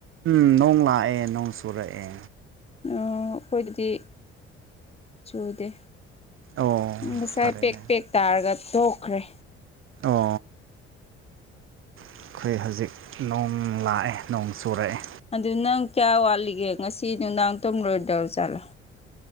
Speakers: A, on the right (about 40°); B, on the left (about 20°).
A: ꯎꯝ ꯅꯣꯡ ꯂꯥꯛꯑꯦ ꯅꯣꯡ ꯁꯨꯔꯛꯑꯦ
B: ꯑꯩꯈꯣꯏꯗꯗꯤ ꯆꯨꯗꯦ
A: ꯑꯣ
B: ꯎ ꯉꯁꯥꯏ
A: ꯐꯔꯦꯅꯦ
B: ꯄꯦꯛ ꯄꯦꯛ ꯇꯥꯔꯒ ꯇꯣꯛꯈ꯭ꯔꯦ
A: ꯑꯣ ꯑꯩꯈꯣꯏ ꯍꯧꯖꯤꯛ ꯅꯣꯡ ꯂꯥꯛꯑꯦ ꯅꯣꯡ ꯆꯨꯔꯛꯑꯦ
B: ꯑꯗꯨ ꯅꯪ ꯀꯌꯥ ꯋꯥꯠꯂꯤꯒꯦ ꯉꯁꯤ ꯅꯨꯡꯗꯥꯡ ꯇꯨꯝꯔꯣꯏꯗꯧꯔ ꯖꯠꯂꯥ